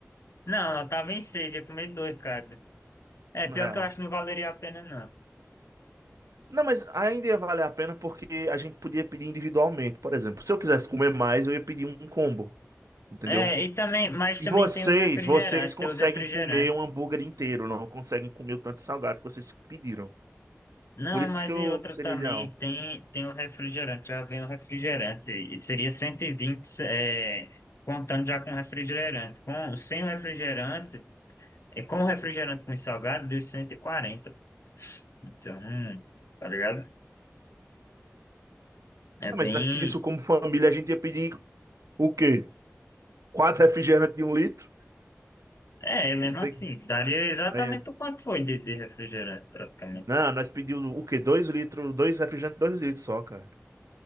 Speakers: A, on the left; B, on the right.
A: Não, nós tava em seis, ia comer dois, cara. É,
B: no
A: pior
B: real.
A: que eu acho que não valeria a pena,
B: Não, mas ainda ia valer a pena porque a gente podia pedir individualmente, por exemplo. Se eu quisesse comer mais, eu ia pedir um combo, entendeu?
A: É, e também, mas também
B: E vocês,
A: tem os refrigerantes,
B: vocês conseguem
A: tem os refrigerantes.
B: comer um hambúrguer inteiro, não conseguem comer o tanto de salgado que vocês pediram.
A: Não,
B: Por isso
A: mas
B: que eu
A: e outra
B: que seria
A: também,
B: ideal.
A: tem, tem o refrigerante, já vem o refrigerante, e seria 120, é, contando já com o refrigerante. Com, sem o refrigerante, é, com o refrigerante com o salgado, deu cento e quarenta Então, hum, tá ligado? É
B: Ah,
A: bem,
B: mas se nós pedíssemos como família, a gente ia pedir o quê? Quatro refrigerantes de um litro?
A: é, é mesmo
B: Ia
A: assim,
B: ter que-
A: daria exatamente
B: aí-
A: o quanto foi de, de refrigerante, praticamente.
B: Não, nós pedimos o quê? Dois litros, dois refrigerantes, dois litros só, cara.